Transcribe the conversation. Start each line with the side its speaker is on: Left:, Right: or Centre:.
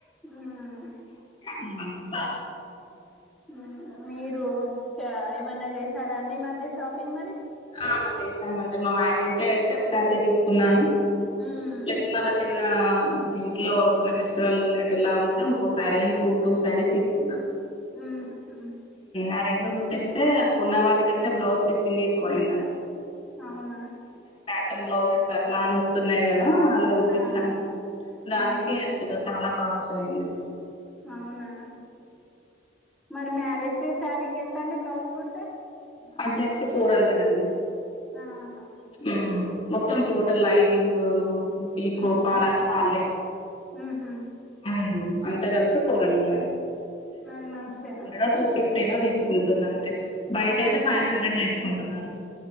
Centre: హమ్
Left: హ్మ్
Centre: హ్మ్ మీరు ఫ్యా ఏమన్నా చేసారాండి ఈ మధ్య షాపింగ్ మరి
Left: ఆ చేశామండి మా మ్యారేజ్ డే అయితే ఒక శారీ తీసుకున్నాను
Centre: ఉమ్
Left: ప్లస్ మళ్ళ చిన్న ఆ ఇంట్లో చిన్న ఫెస్టివల్లా ఉంటే ఇంకోసారీ అని రూ టూ శారీస్ తీసుకున్నాను
Centre: హ్మ్హు హ్మ్
Left: ఆ రెండు కుట్టిస్తే కొన్నా వాటి కంటే బ్లౌజ్ స్టిచ్చింగ్ ఎక్కువ అయిందండి
Centre: అవునా
Left: టన్ బ్లౌజెస్ అట్లా అని వస్తున్నాయి కదా అలా కుట్టించాను
Centre: ఆ
Left: దానికి
Centre: ఆ
Left: అసలు చాలా కాస్ట్ అయింది
Centre: అవునా మరి మ్యారేజ్ డే సారికి ఎంతండి బ్లౌజ్ కుడితే
Left: ఆ జస్ట్ ఫోర్ హండ్రెడ్ అండి
Centre: ఆహా
Left: హ్మ్ మొత్తం టోటల్ లైనింగు బి
Centre: ఉమ్
Left: కో ఫాల్ అన్ని వాళ్ళే
Centre: ఉహు
Left: హ్మ్ అంత కలిపి ఫోర్ హండ్రెడ్
Centre: అది మంచిగనే ఉంది
Left: అది టెన్ తీసుకుంటుంది అంతే బయట
Centre: అదే
Left: అయితే ఫైవ్ హండ్రెడ్ తీసుకుంటున్నారు